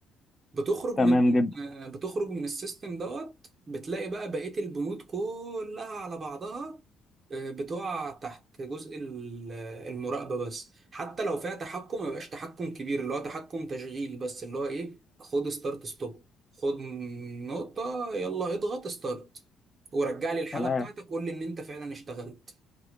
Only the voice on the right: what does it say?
بتخرج من
آه، بتخرج من السيستم دوت بتلاقي بقى بقية البنود كلها على بعضها آه، بتقع تحت جزء ال- آه، المراقبة بس حتى لو فيها تحكم ما يبقاش تحكم كبير اللي هو تحكم تشغيل بس اللي هو ايه خد ستارت ستوب خد نقطة يلا اضغط ستارت ورجع لي الحالة
بتاعتك قول لي ان انت فعلا اشتغلت